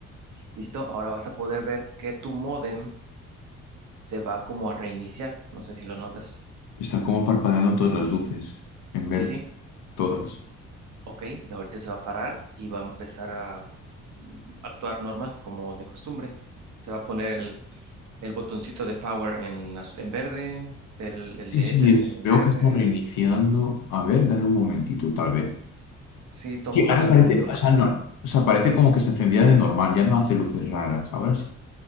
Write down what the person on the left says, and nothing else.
Están como parpadeando todas las luces, en verde,
todas.
Sí,
sí,
es-
veo
que está reiniciando. A ver, dale un momentito, tal vez.
que
ahora
parece, o sea, no, o sea, parece como que se encendía de normal, ya no hace luces raras. Ahora sí.